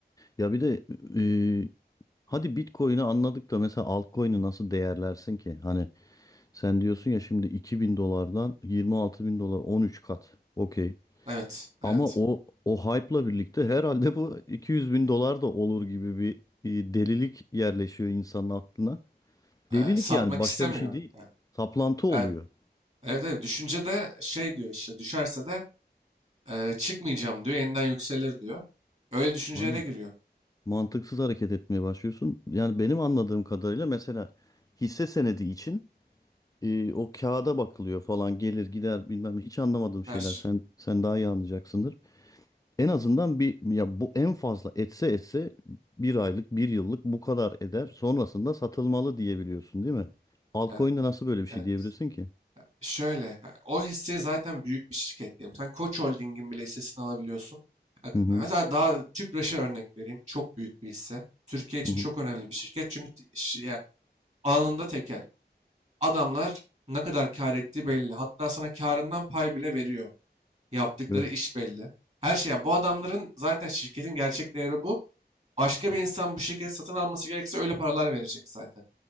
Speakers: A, on the left (about 20°); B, on the right (about 40°).
A: Ya bir de e, Hadi Bitcoin'i anladık da mesela altcoin'i nasıl değerlersin ki? Hani sen diyorsun ya şimdi iki bin dolardan 26 bin dolar 13 kat. Okey.
B: Evet, evet.
A: Ama o o hype'la birlikte herhalde bu 200 bin dolar da olur gibi bir e, delilik yerleşiyor insanın aklına.
B: Eee,
A: Delilik
B: satmak
A: yani başka
B: istemiyor.
A: bir şey değil.
B: Ha,
A: Saplantı oluyor.
B: e- Evet, evet. Düşünce de şey diyor işte düşerse de eee, çıkmayacağım diyor. Yeniden yükselir diyor. Öyle düşüncelere
A: Aynen.
B: giriyor.
A: Mantıksız hareket etmeye başlıyorsun. Yani benim anladığım kadarıyla mesela hisse senedi için e, o kağıda bakılıyor falan gelir gider bilmem ne. hiç anlamadığım
B: Ters.
A: şeyler sen sen daha iyi anlayacaksındır. En azından bir ya bu en fazla etse etse bir aylık bir yıllık bu kadar eder sonrasında satılmalı diyebiliyorsun değil mi? Altcoin'de
B: Ya,
A: nasıl böyle bir şey
B: evet.
A: diyebilirsin ki?
B: Şöyle, ha, o hisse zaten büyük bir şirket diyelim. Sen Koç Holding'in bile hissesini alabiliyorsun. Bak,
A: Hı hı
B: Mesela daha Tüpraş'a örnek vereyim. Çok büyük bir hisse. Türkiye için
A: hı hı
B: çok önemli bir şirket. Çünkü t- ş- ya, alanında tekel. Adamlar ne kadar kar ettiği belli. Hatta sana karından pay bile veriyor. Yaptıkları
A: evet
B: iş belli. Her şey. ya, Bu adamların zaten şirketin gerçek değeri bu. Başka bir insan bu şirketi satın alması gerekirse öyle paralar verecek zaten.